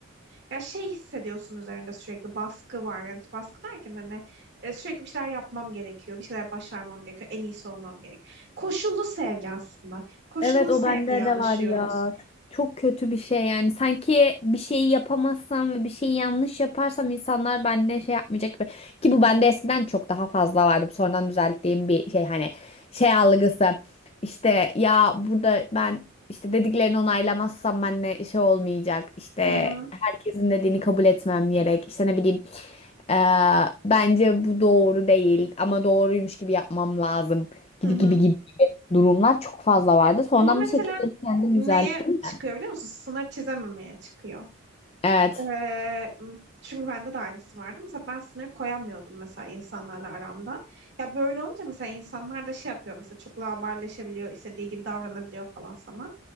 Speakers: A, on the right (about 50°); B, on the left (about 30°).
A: ya şey hissediyorsun üzerinde sürekli baskı var. Yani baskı derken hani e, sürekli bir şeyler yapmam gerekiyor, bir şeyler başarmam gerekiyor, en iyisi olmam gerekiyor. Koşullu sevgi aslında. Koşullu
B: Evet o
A: sevgiye
B: bende
A: alışıyoruz.
B: de var ya. Çok, çok kötü bir şey yani. Sanki bir şeyi yapamazsam ve bir şeyi yanlış yaparsam insanlar benimle şey yapmayacak gibi. Ki bu bende eskiden çok daha fazla vardı. Bu Sonradan düzelttiğim bir şey hani şey algısı. İşte ya burada ben işte dediklerini onaylamazsam benimle şey olmayacak. İşte
A: Hı hı.
B: herkesin dediğini kabul etmem gerek. İşte ne bileyim eee, bence bu doğru değil ama doğruymuş gibi yapmam lazım gibi
A: Hı hı.
B: gibi gibi durumlar çok fazla vardı. Sonradan
A: Bu mesela
B: bir şekilde onu kendim
A: neye
B: düzelttim.
A: çıkıyor biliyor musun? Sınır çizememeye çıkıyor.
B: Evet.
A: Ee, çünkü bende de aynısı vardı. Mesela ben sınır koyamıyordum mesela insanlarla aramda. Ya böyle olunca mesela insanlar da şey yapıyor mesela çok laubalileşebiliyor, istediği gibi davranabiliyor falan sana.